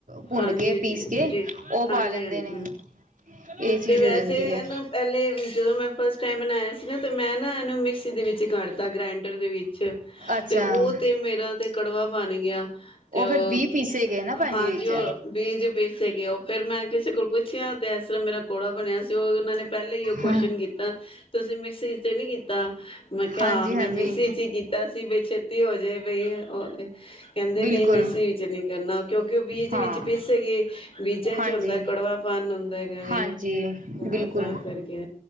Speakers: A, on the right; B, on the left.
A: ਭੁੰਨ
B: ਹਾਂਜੀ।
A: ਕੇ
B: ਜੀ,
A: ਪੀਸ ਕੇ
B: ਜੀ,
A: ਉਹ
B: ਹਾਂਜੀ-
A: ਪਾ ਲੈਂਦੇ
B: ਹਾਂਜੀ
A: ਨੇ ਇਹ ਚੀਜ਼
B: ਤੇ, ਵੈਸੇ
A: ਹੋ ਜਾਂਦੀ
B: ਇਹਨੂੰ
A: ਹੈ
B: ਪਹਿਲੇ ਜਦੋਂ ਮੈਂ ਟਾਈਮ ਬਣਾਇਆ ਸੀ। ਨਾ ਤਾਂ, ਮੈਂ ਨਾ ਇਹਨੂੰ ਮਿਕਸੀ ਦੇ ਵਿੱਚ ਕੱਢਤਾ ਗ੍ਰੈਂਡਰ ਦੇ ਵਿੱਚ
A: ਅੱਛਾ
B: ਤੇ, ਉਹ ਤੇ, ਮੇਰਾ ਤੇ ਕੜਵਾ ਬਣ ਗਿਆ। ਤੇ, ਉਹ
A: ਫਿਰ ਵੀਹ ਪੀਸੇ ਗਏ ਨਾ ਭਾਂਜੀ
B: ਹਾਂਜੀ।
A: ਵਿੱਚ
B: ਉਹ ਬੀਜ ਪੀਸੇਗੇ ਉਹ ਫੇਰ, ਮੈਂ ਕਿਸੇ ਕੋਲ ਪੁੱਛਿਆ ਤੇ, ਇਸ ਤਰ੍ਹਾਂ ਮੇਰਾ ਕੌੜਾ ਬਣਿਆ ਸੀ, ਉਹ ਉਹਨਾਂ ਨੇ ਪਹਿਲਾਂ ਹੀ, ਉਹ ਕੁਸ਼ਚਨ
A: ਹਾਂ
B: ਕੀਤਾ ਤੁਸੀਂ ਮਿਕਸੀ ਤੇ ਨਹੀਂ ਕੀਤਾ। ਤਾਂ। ਮੈਂ ਕਿਹਾ
A: ਹਾਂਜੀ
B: ਮੈਂ
A: ਹਾਂਜੀ
B: ਮਿਕਸੀ'ਚ ਹੀ, ਕੀਤਾ ਸੀ, ਬੇ ਛੇਤੀ ਹੋਜੇ ਵਹੀ ਹੈ ਰ <inaudible> ਕਦੇ
A: ਬਿਲਕੁਲ
B: ਨਹੀਂ ਮਿਕਸੀ ਵਿੱਚ ਨਹੀਂ ਕਰਨਾ ਕਿਉਂਕਿ ਉਹ ਬੀਜ
A: ਹਾਂ
B: ਵਿੱਚ ਪੀਸੇਗੇ, ਬੀਜਾਂ'ਚ
A: ਹਾਂਜੀ
B: ਹੁੰਦਾ ਕੜਵਾਪਾਨ ਹੁੰਦਾ ਹੈਗਾ, ਬੀਜਾ
A: ਹਾਂਜੀ ਬਿਲਕੁਲ
B: ਤਾਂ ਕਰਕੇ